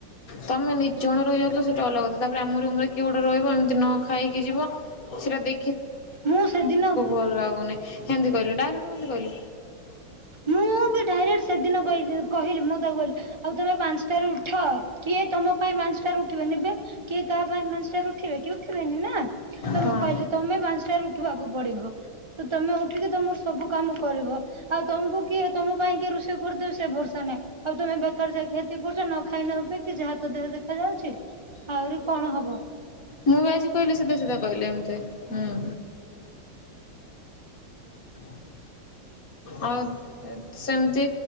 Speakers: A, on the left (about 50°); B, on the right (about 35°).
A: ତମେ ନିଇଜଣ ରହିଗଲ ସେଇଟା ଅଲଗା କଥା। ତାପରେ ଆମ ରୁମ ରେ କିଏ ଗୋଟେ ରହିବ ଏମିତି ନ ଖାଇକି ଯିବ ସେଇଟା ଦେ
B: ମୁଁ ସେଦିନ
A: <unintelligible> ଭଲ ଲାଗୁନି ହେମତି କହିଲେ ଡା ଆଇ ଡୋନ୍ଟ ନୋ ମୁଁ ଏମତି କହିଲି।
B: ମୁଁ ବି ଡାଇରେକ୍ଟ ସେଦିନ କହିଲି କହିଲି ମୁଁ ତାକୁ କହିଲି ଆଉ ତମେ ପାଞ୍ଚଟାରେ ଉଠ କିଏ ତମ ପାଇଁ ପାଞ୍ଚଟାରୁ ଉଠିବ ନିବେ କିଏ କାହା ପାଇଁ ମଞ୍ଚଟାରେ ଉଠିବେ କି? ଉ ଉଠିବେନି ନା ତ
A: ହଁ
B: ମୁଁ କହିଲି ତମେ ପାଞ୍ଚଟାରୁ ଉଠିବାକୁ ପଡିବ। ତ ତମେ ଉଠିକି ତମର ସବୁ କାମ କରିବ। ଆଉ ତମକୁ କିଏ ତମ ପାଇଁ କିଏ ରୋଷେଇ କରିଦେବ ସେ ଭରସା ନାହିଁ। ଆଉ ତମେ ବେକାର ଯାଇ କି କ୍ଷତି କରୁଚ ନ ଖାଇ ନପକି ଯାହାତ ଦେହ ଦେଖାଯାଉଛି ଆହୁରି କଣ ହବ।
A: ମୁଁ ବି ଆଜି କହିଲି ସିଧା ସିଧା କହିଲି ଏମିତି ହୁଁ <unintelligible> ଆଉ ସେମିତି